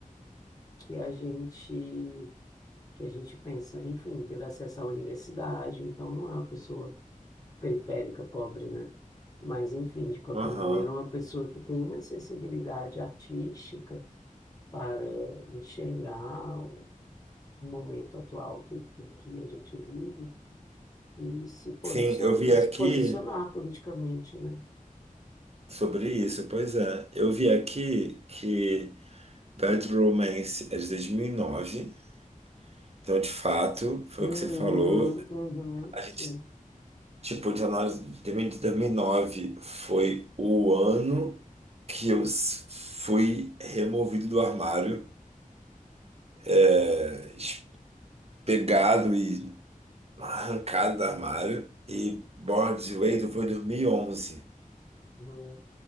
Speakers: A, on the left (about 25°); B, on the right (about 45°).
A: que a gente que a gente pensa, enfim, teve acesso à universidade, então não é uma pessoa periférica, pobre, né? Mas, enfim, de qualquer
B: aham.
A: maneira, uma pessoa que tem uma sensibilidade artística para enxergar o momento atual que, que, que a gente vive e se posiciona,
B: Sim, eu vi
A: e se
B: aqui
A: posicionar politicamente, né?
B: sobre isso, pois é. Eu vi aqui que Bad Romance é de 2009. então de fato, foi
A: Uhum,
B: o que você falou.
A: uhum,
B: A gente
A: sim.
B: Tipo, de análise de 2009 foi o ano que eu s- fui removido do armário, é, es- pegado e arrancado do armário. E Bored Wade foi 2011.
A: Uhum,